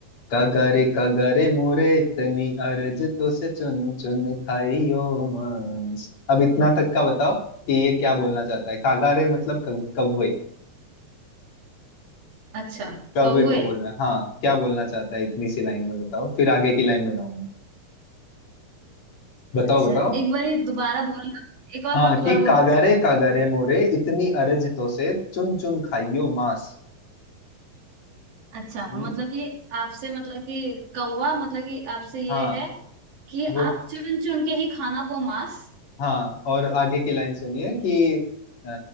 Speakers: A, on the left; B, on the right.
A: कागरे कागरे मोरे इतनी अर्ज तो से चुन चुन खाइयो मांस अब इतना तक का बताओ कि ये क्या बोलना चाहता है कागारे मतलब कौ- कौवे
B: अच्छा
A: कौवे
B: कौए
A: को बोल रहा है हाँ क्या बोलना चाहता है इतनी सी लाइन में बताओ फिर आगे की लाइन में गाऊंगा बताओ
B: अच्छा
A: बताओ
B: एक बार दोबारा बोलना एक और
A: हाँ
B: बार दोबारा
A: कि कागारे
B: बोलो
A: कागारे मोरे इतनी अरज तो से चुन चुन खाइयो मांस
B: अच्छा
A: समझे?
B: मतलब कि आपसे मतलब कि कौवा मतलब कि आपसे ये
A: हाँ
B: है कि
A: वो
B: आप चुन चुन के ही खाना वो मांस
A: हाँ और आगे की लाइन सुनिए कि अ,